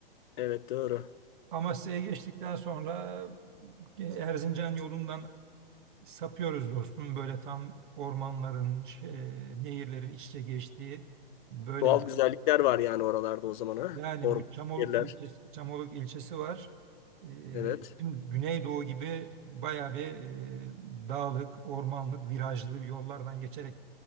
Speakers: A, on the left; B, on the right.
A: Evet doğru.
B: Amasya'ya geçtikten sonra e, Erzincan yolundan Sapıyoruz dostum böyle tam ormanların, şey, nehirlerin iç içe geçtiği böyle
A: Doğal güzellikler var yani oralarda o zaman ha.
B: yani
A: Orman
B: bu Çamoluk
A: yerler.
B: ilçesi, Çamoluk ilçesi var. Ee,
A: Evet.
B: Şimdi Güneydoğu gibi bayağı bir e, dağlık, ormanlık, virajlı yollardan geçerek